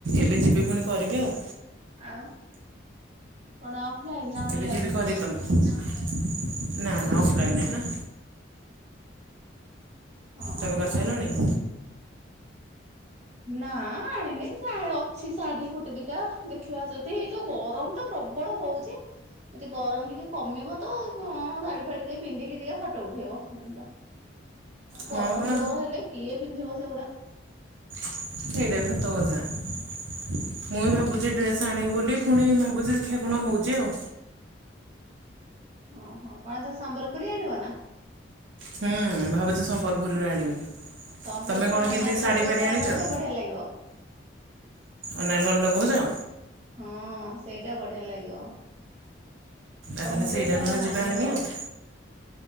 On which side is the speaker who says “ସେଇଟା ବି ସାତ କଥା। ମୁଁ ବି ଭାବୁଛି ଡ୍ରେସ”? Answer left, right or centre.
Right